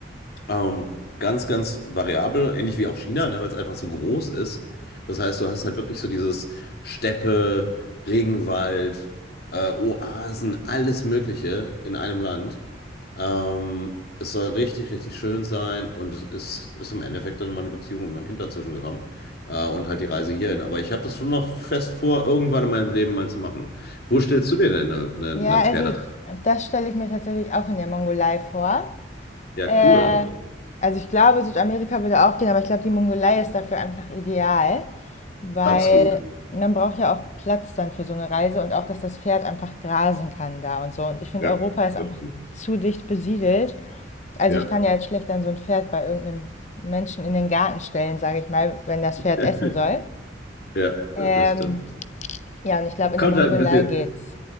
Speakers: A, on the left; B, on the left.
A: Ähm, ganz, ganz variabel, ähnlich wie auch China, ne, weil es einfach so groß ist. Das heißt, du hast halt wirklich so dieses Steppe, Regenwald, äh, Oasen, alles Mögliche in einem Land. Ähm, es soll richtig, richtig schön sein und es ist, ist im Endeffekt dann meine Beziehung und mein Kind dazwischen gekommen äh, und halt die Reise hierhin. Aber ich habe das schon noch fest vor, irgendwann in meinem Leben mal zu machen. Wo stellst du dir denn eine, eine, eine
B: Ja,
A: Pferde?
B: also das stelle ich mir tatsächlich auch in der Mongolei vor.
A: Ja,
B: Äh,
A: cool.
B: also ich glaube, Südamerika würde auch gehen, aber ich glaube, die Mongolei ist dafür einfach ideal, weil
A: Absolut.
B: man braucht ja auch Platz dann für so eine Reise und auch, dass das Pferd einfach grasen kann da und so. Und ich finde,
A: Ja,
B: Europa ist
A: das
B: einfach
A: stimmt.
B: zu dicht besiedelt. Also
A: Ja.
B: ich kann ja jetzt schlecht dann so ein Pferd bei irgendeinem Menschen in den Garten stellen, sage ich mal, wenn das Pferd
A: <laughs>
B: essen soll.
A: Ja,
B: Ähm,
A: das stimmt.
B: ja, und ich glaube, in
A: Kommt
B: der Mongolei
A: halt ein bisschen,
B: geht's.